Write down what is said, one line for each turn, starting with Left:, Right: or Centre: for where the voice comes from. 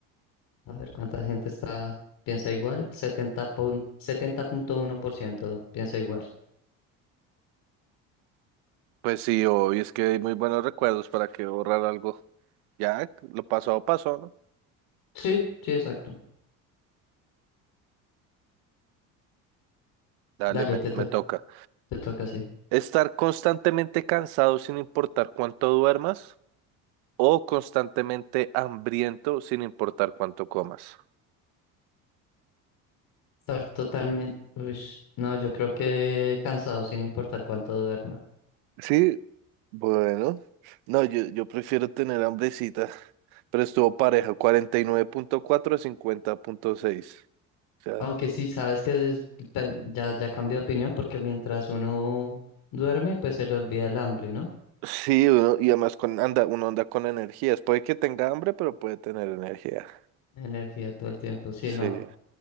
Left: A ver cuánta gente está, piensa igual. 70 pun- setenta punto uno por ciento piensa igual.
Right: Pues sí, hoy es que hay muy buenos recuerdos para que borrar algo. Ya, lo pasado pasó, ¿no?
Left: Sí, sí, exacto.
Right: Dale,
Left: Dale,
Right: me,
Left: te
Right: me
Left: toca,
Right: toca.
Left: te toca, sí.
Right: Estar constantemente cansado sin importar cuánto duermas o constantemente hambriento sin importar cuánto comas.
Left: Estar totalmente, uy, no, yo creo que cansado sin importar cuánto duerma.
Right: Sí, bueno. No, yo, yo prefiero tener hambrecita, pero estuvo pareja, cuarenta y nueve punto cuatro a cincuenta punto seis. O sea,
Left: Aunque sí, sabes que es- pe- ya, ya cambié de opinión porque mientras uno duerme, pues se le olvida el hambre, ¿no?
Right: sí, uno, y además con, anda, uno anda con energías. Puede que tenga hambre, pero puede tener energía.
Left: Energía todo el tiempo. Sí,
Right: Sí.
Left: no,